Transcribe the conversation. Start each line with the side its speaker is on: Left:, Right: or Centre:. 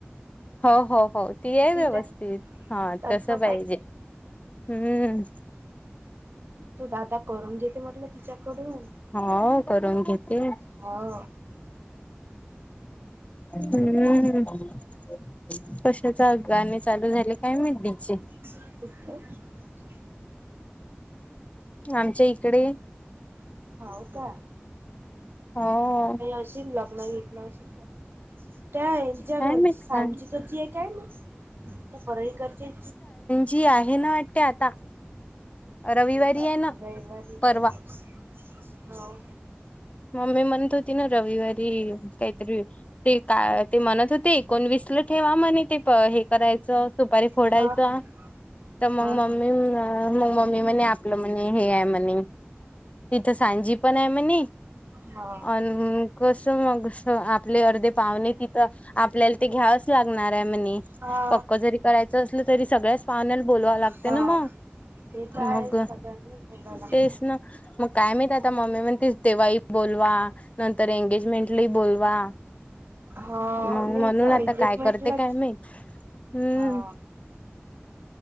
Left: हो हो हो ती आहे व्यवस्थित
Right: आहे
Left: हा
Right: तसं
Left: तस पाहिजे हम्म
Right: तू दादा करून घेते म्हट ना तिच्याकडून
Left: हो करून घेते
Right: हो
Left: हम्म ह कशाचा अगाणी चालू झाले काय मचे
Right: कुठ
Left: आमच्या इकडे
Right: हाव का
Left: हो
Right: काही अशी लग्न घेतण अ कर त्याच्या घरची
Left: काय माहित
Right: सांज
Left: काय
Right: तची आहे काय मी तर परळी करची
Left: जी आहे ना वाटते आता रविवारी
Right: र
Left: आहे ना
Right: रहिवाारी
Left: परवा
Right: रहिवाारी हो
Left: मग मी म्हणत होती ना रविवारी काहीतरी ते का ते म्हणत होते एकोणवीस ला ठेवा म्ह ते हे करायचं सुपारी फोडायचा
Right: हा हा
Left: तर मग
Right: हा
Left: मम्मी मग मम्मी म्हणे आपलं म्हणे हे आहे म्हणे तिथं सांजी पण आहे म्हणे
Right: हा
Left: अण हम्म कस मग आपले अर्धे पाहुणे तिथं आपल्याला ते घ्यावंच लागणार आहे म्हणे
Right: हा हा
Left: पक्क जरी करायचं असलं तरी सगळ्याच पाहण्याला बोलवावं लागते
Right: हा
Left: ना म
Right: ते तर आहे
Left: मग
Right: सगळ्यांनाच बोलावं लागतं
Left: तेच ना मग काय माहित आता मम्मी म्हणते तेव्हाही बोलवा नंतर एंगेजमेंटले हो बोलवा.
Right: हा
Left: मग
Right: नाही
Left: म्हणून
Right: सॉरी
Left: आता
Right: एंगेजमेंटलाच
Left: काय करते काय माहित हम्म
Right: हा.